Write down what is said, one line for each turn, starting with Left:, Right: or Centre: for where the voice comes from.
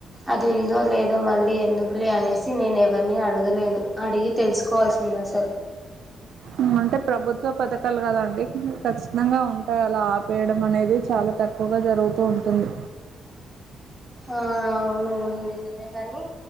Centre: అది ఉందో లేదో మళ్ళీ ఎందుకులే అనేసి నేను ఎవరిని అడగలేదు అడిగి తెలుసుకోవాల్సింది అసలు
Right: ఉ అంటే ప్రభుత్వ పథకాలు కదా అండి ఖచ్చితంగా ఉంటాయి అలా ఆ వేయడం అనేది చాలా తక్కువగా జరుగుతూ ఉంటుంది
Centre: ఆ అవును నిజమే గానీ